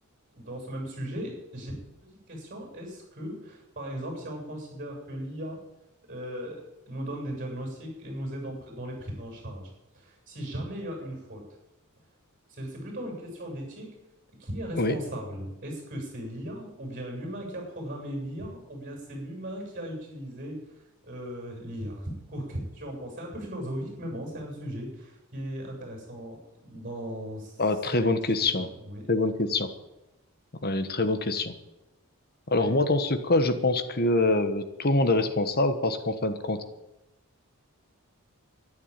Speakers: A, on the right (about 40°); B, on the left (about 45°).
A: dans ce même sujet, j'ai une petite question. Est-ce que, par exemple, si on considère que l'IA, euh, nous donne des diagnostics et nous aide en pr- dans les prises en charge, si jamais il y a une faute, c'est c'est plutôt une question d'éthique. Qui est responsable?
B: Oui.
A: Est-ce que c'est l'IA ou bien l'humain qui a programmé l'IA ou bien c'est l'humain qui a utilisé euh, l'IA? Du coup, <laughs> question pensée un peu philosophique, mais bon, c'est un sujet qui est intéressant dans cette
B: Ah, très bonne
A: discussion.
B: question.
A: Oui,
B: Très bonne question. Ouais, une très bonne question. Alors,
A: oui,
B: moi, dans ce cas, je pense que euh, tout le monde est responsable parce qu'en fin de compte,